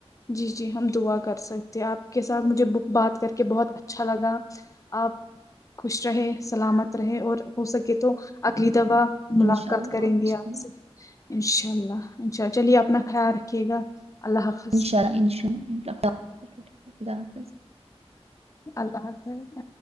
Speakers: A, on the left; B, on the right.
A: جی جی ہم دعا کر سکتے ہیں آپ کے ساتھ مجھے بک بات کر کے بہت اچھا لگا آپ خوش رہے سلامت رہے اور ہو سکے تو اگلی دفع ملاقات
B: ان شاء اللہ
A: کریں
B: ان
A: گے
B: شاء
A: آپ سے انشاء اللہ اچھا چلیے اپنا خیال رکھیے گا اللہ حافظ
B: ان شاء اللہ ان شاء اللہ خدا حافظ
A: اللہ حافظ